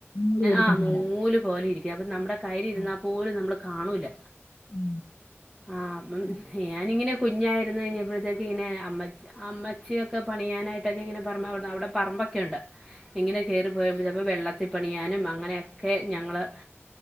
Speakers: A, on the left; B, in the centre.
A: നൂല് വലിക്കുന്ന
B: ആഹ നൂല്
A: സാധനം.
B: പോലെ ഇരിക്കും അപ്പൊ നമ്മുടെ കയ്യിൽ ഇരുന്നാൽ
A: ഉം.
B: പോലും നമ്മള് കാണൂല
A: ഉം.
B: ആഹ് അപ്പം
A: ഉം.
B: ഞാനിങ്ങനെ കുഞ്ഞായിരുന്നു കഴിഞ്ഞപ്പോഴത്തേക്ക് ഇങ്ങനെ അമ്മ അമ്മച്ചിയൊക്കെ പണിയാനായിട്ടൊക്കെ ഇങ്ങനെ പറ അവിടെ പറമ്പൊക്കെ ഉണ്ട് ഇങ്ങനെ കയറിപ്പോയ അപ്പോൾ വെള്ളത്തിൽപ്പണിയാനും അങ്ങനെയൊക്കെ ഞങ്ങള്